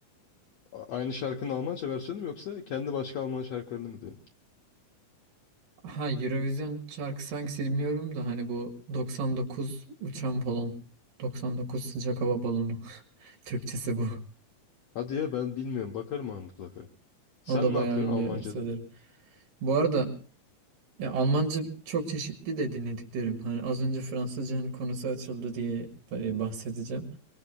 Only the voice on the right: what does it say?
Ha Eurovision şarkısı hangisi bilmiyorum da hani bu 99 uçan balon. 99 sıcak hava balonu. <laughs> Türkçesi bu.
O da bayağı
ünlü
söylerim. Bu arada Ya Almanca çok çeşitli de dinlediklerim. Hani az önce Fransızca hani konusu açıldı diye e, bahsedeceğim.